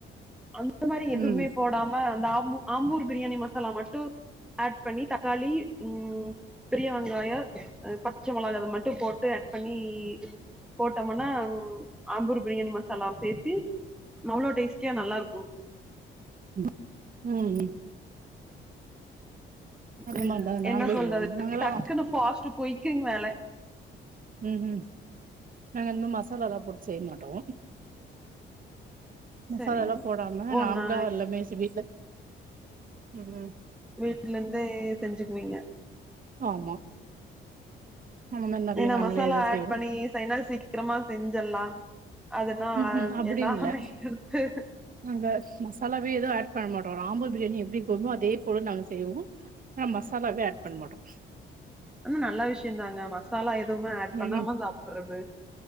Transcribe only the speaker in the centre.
அந் இந்த மாரி எதுவுமே
போடாம அந்த ஆம்ப ஆம்பூர் பிரியாணி மசாலா மட்டு ஆட் பண்ணி தக்காளி உம் பெரிய வெங்காயோ பச்ச மொளக இது மட்டு போட்டு் பண்ணி போட்டோம்னா ஆம்பூர் பிரியாணி மசாலாவ சேத்தி அவ்ளோ டேஸ்ட்டியா நல்லா இருக்கு
உம்
என்ன சொல்றது
டக்குன்னு ஃப்ஸ்ட் குய்கீங்க வேல
சரிங்
ஒன்னா
வீட்டுல இருந்தே செஞ்சுக்குவீங்க
ஏன்னா
மசாலா
ஆட்
பண்ணி சைனால் சீக்கிரமா செஞ்சலாம் அதென்ன
எல்லாமே
எடுத்து
அந்த நல்ல விஷயம் தாங்க மசாலா எதுவுமே ஆட்
பண்ணாம சாப்பிடுறது